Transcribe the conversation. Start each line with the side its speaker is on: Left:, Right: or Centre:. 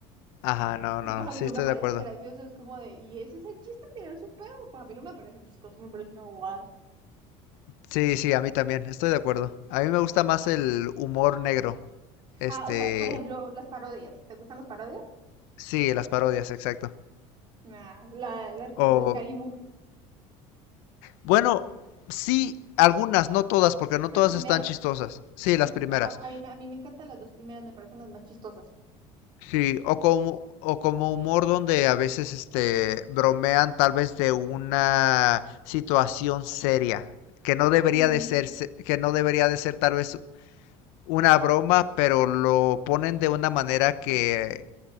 Left: Ajá, no,
Right: Y
Left: no,
Right: pues a
Left: sí,
Right: mí no
Left: estoy
Right: me parece
Left: de acuerdo.
Right: gracioso, es como de, ¿y ese es el chiste, tirar su pedo? Pues a mí no me parece chistoso, me parece una bobada.
Left: Sí, sí, a mí también, estoy de acuerdo. A mí me gusta más el humor negro. Este,
Right: Ah, o sea, por ejemplo, las parodias. ¿Te gustan las parodias?
Left: sí, las parodias, exacto.
Right: Nah, la, las
Left: O,
Right: de Scary Movie.
Left: bueno, sí, algunas, no todas, porque no
Right: Las
Left: todas
Right: primeras.
Left: están chistosas. Sí,
Right: Las,
Left: las
Right: pri-
Left: primeras.
Right: a, a mí, me- a mí me encantan las dos primeras, me parecen las más chistosas.
Left: Sí, o como, o como humor donde a veces este bromean tal vez de una situación seria, que no debería
Right: Ujú.
Left: de ser, se- que no debería de ser tal vez una broma, pero lo ponen de una manera que